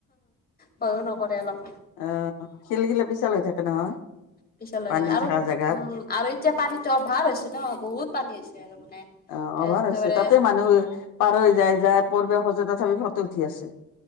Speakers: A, on the left; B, on the left.
A: ভয়ো নকৰে অলপো
B: অ', শিলগিলা পিচল হৈ থাকে নহয়।
A: পিছল হৈ
B: পানী
A: থাকে আৰু
B: থকা
A: উম্,
B: জেগাত
A: আৰু এতিয়া পানীতো অভাৰ হৈছে ন। বহুত পানী হৈছে আৰু মানে।
B: অ', অভাৰ
A: একেবাৰে
B: হৈছে। তাতে মানুহ পাৰ হৈ যায় যায় পৰিব খোজ, তথাপি ফটো উঠি আছে।